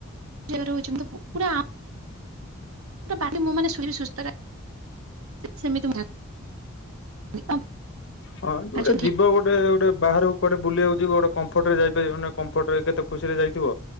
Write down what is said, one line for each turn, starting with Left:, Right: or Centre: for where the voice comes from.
Right: ଜାଗ ରହୁଛି। ପୁରା ବା ମୁଁ ମାନେ, ସୁସ୍ଥ ସେମିତି ଜାଣିଲି ତ
Left: ହଁଉ। ଗୋଟେ
Right: ଜାଣିଛନ୍ତି
Left: ଯିବ। ଗୋଟେ, ଗୋଟେ ବାହାରକୁ କୁଆଡେ ବୁଲି ଯାଉଛି। ଗୋଟେ କମ୍ଫଟରେ ଯାଇପାରିବାନେ। କମ୍ଫଟ ରେ କେତେ ଖୁସି ରେ ଯାଇଥିବ।